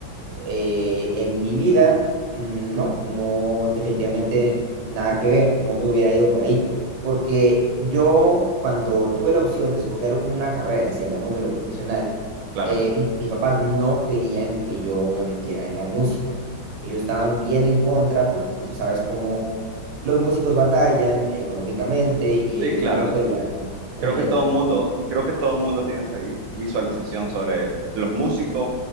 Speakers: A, on the right (about 65°); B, on the right (about 85°).
A: eh, en mi vida, mm, no, no, definitivamente nada que ver, no me hubiera ido por ahí, porque yo cuando tuve la opción de escoger una carrera, si hablamos de lo profesional,
B: Claro.
A: eh, mi- mis papás no querían que yo me metiera en la música. Ellos estaban bien en contra porque pues tú sabes cómo los músicos batallan económicamente y
B: Sí,
A: ellos
B: claro.
A: no querían, imagínate,
B: Creo que todo el mundo, creo que todo el mundo tiene esa vi- visualización sobre los músicos,